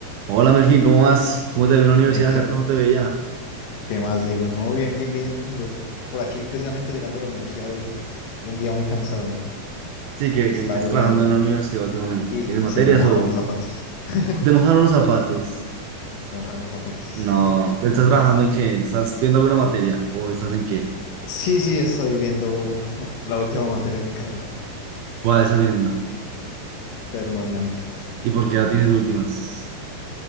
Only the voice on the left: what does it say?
Eh, ¿qué,
qué más, Diego? No, bien, bien, bien. Yo por aquí precisamente llegando a la universidad hoy, un día muy cansado.
Está
lloviendo
y,
y se me mojaron
los zapatos. <laughs>
Se me mojaron los zapatos.
Nunca...
es-
es-
Sí, sí, estoy viendo la última materia de mi carrera,
termodinámica.